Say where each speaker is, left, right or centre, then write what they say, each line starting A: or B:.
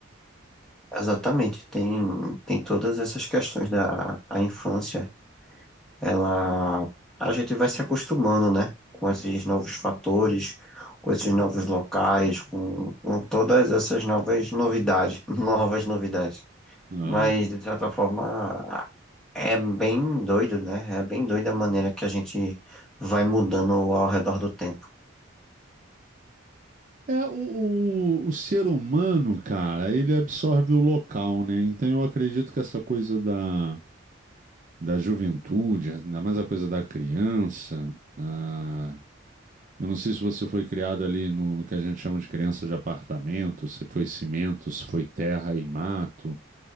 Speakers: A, in the centre; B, on the right (about 40°).
A: Exatamente, tem, tem todas essas questões da a infância. Ela, a gente vai se acostumando, né? Com esses novos fatores, com esses novos locais, com, com todas essas novas novidades, <laughs> novas novidades.
B: Ah.
A: Mas, de certa forma, é bem doido, né? É bem doida a maneira que a gente vai mudando ao redor do tempo.
B: É, o, o, o ser humano, cara, ele absorve o local, né? Então eu acredito que essa coisa da, da juventude, ainda mais a coisa da criança, ah, eu não sei se você foi criado ali no, no que a gente chama de criança de apartamento, se foi cimento, se foi terra e mato.